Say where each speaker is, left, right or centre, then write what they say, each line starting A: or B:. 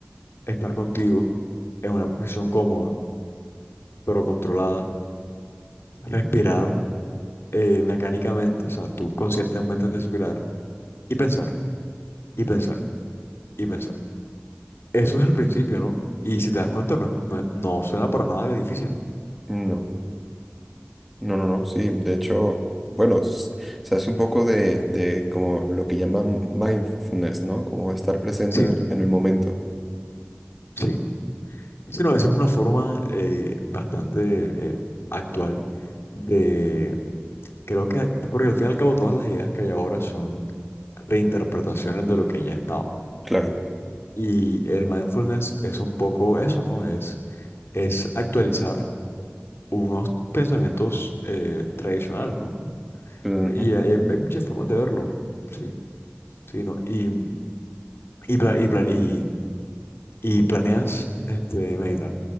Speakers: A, on the left; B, in the centre.
A: estar contigo en una posición cómoda, pero controlada, respirar eh, mecánicamente, o sea, tú conscientemente respirar y pensar, y pensar, y pensar. Eso es al principio, ¿no? Y
B: Ujú.
A: si te das cuenta, no, es- no- no suena para nada difícil.
B: No. No, no, no, sí, de hecho, bueno, s- o sea, es un poco de, de como lo que llaman mindfulness, ¿no? Como estar presente
A: Sí,
B: en el, en el momento,
A: sí. Sino, esa es una forma eh, bastante eh, actual de, creo que, porque al fin y al cabo todas las ideas que hay ahora son reinterpretaciones de lo que ya ha estado.
B: claro.
A: Y el mindfulness es un poco eso, ¿no? Es, es actualizar unos pensamientos eh, tradicionales, ¿no?
B: Ujú.
A: Y hay, hay muchas formas de verlo, sí, sí, ¿no? Y, y, pla- y, pla- y y planeas este, meditar